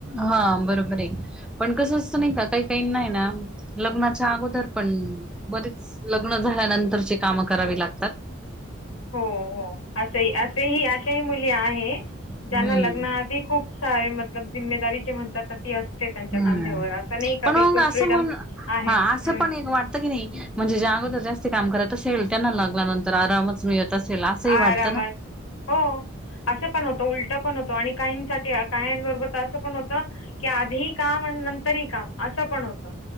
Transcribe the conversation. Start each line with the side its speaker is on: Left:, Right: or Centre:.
Centre: हा बरोबर बरे पण कसं असतं नाही का काही काही नाही ना लग्नाच्या अगोदर पण बरेच लग्न झाल्यानंतरची कामं करावी लागतात.
Left: हो हो असं असेही अशा ही मुली आहेत त्यांना
Centre: हम्म.
Left: लग्नाआधी खूप सारे मतलब जिम्मेदारी जे म्हणतात ना ती असते त्यांच्या
Centre: हम्म
Left: खांद्यावर असं नाही का
Centre: पण
Left: बिलकुल
Centre: मग असं
Left: फ्रीडम
Centre: म्हणून
Left: आहे
Centre: हा
Left: हं.
Centre: असं पण एक वाटतं की नाही म्हणजे ज्या अगोदर जास्त काम कररात असेल त्यांना लागल्यानंतर आरामच मिळत असेल असंही
Left: आरामात
Centre: वाटतं ना.
Left: हो असं पण होतं उलट पण होतं आणि काहींसाठी काही्यांबरोबर तर असं पण होत की आधीही काम आणि नंतरही काम असं पण होतं